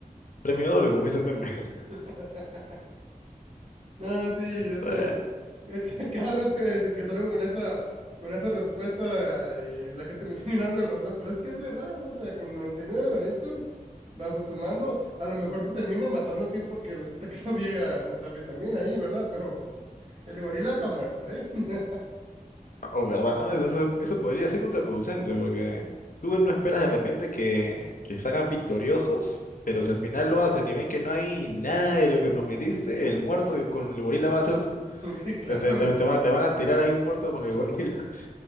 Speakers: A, on the left; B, on the right.
A: premio doble, como dice el meme. <laughs>
B: <laughs> no, sí, ese,
A: Sí.
B: <laughs> cada vez que, este, que salgo con esa, con esa respuesta, y la gente me está mirando el razón, pero es que es verdad, o sea, con 99 drogadictos bajo tu mando, a lo mejor te terminan matando a ti porque resulta que <laughs> no había metafetamina ahí, ¿verdad? Pero el gorila está muerto, ¿eh? <laughs>
A: O verdad, ¿no? Eso, eso- podría ser contraproducente, porque tú bueno, no esperas de repente que, que salgan victoriosos, pero si al final lo hacen y ven que no hay nada de lo que prometiste, el muerto y con el gorila va a ser tú.
B: Y claro,
A: Te, te, te,
B: güey.
A: te va- te van a tirar ahí un muerto con el gorila, <laughs>